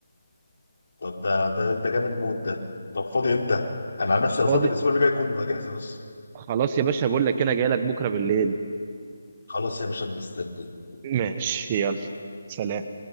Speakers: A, on the left; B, on the right.
A: طب ده ده ده جامد موت ده طب فاضي امتى؟ انا عن نفسي انا
B: فاضي
A: فاضي الاسبوع اللي جاي كله اجازه بس
B: خلاص يا باشا بقول لك انا جاي لك بكره بالليل
A: خلاص يا باشا مستني
B: ماشي يلا سلام